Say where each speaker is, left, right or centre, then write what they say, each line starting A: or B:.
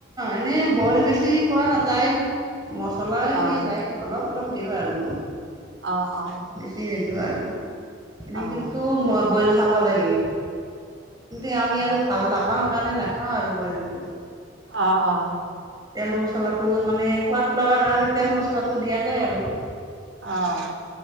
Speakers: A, on the right; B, on the right.
A: এনেই বইল বেছি পোৱা নাযায় মছলাই দিয়া
B: অ',
A: যায়। অলপ অলপ দিওঁ আৰু।
B: অঁ অঁ।
A: বেছি নিদিওঁ আৰু, এনেই
B: অ'।
A: কিন্তু মই বইল খাব লাগে। দে আমি আৰু ভাল নাপাওঁ সেকাৰণে নাখাওঁ আৰু বইলটো।
B: অঁ অঁ।
A: তেল মছলাটো মানে সোৱাদ লগাৰ কাৰণে তেল মচলাটো দিয়া যায় আৰু।
B: অঁ'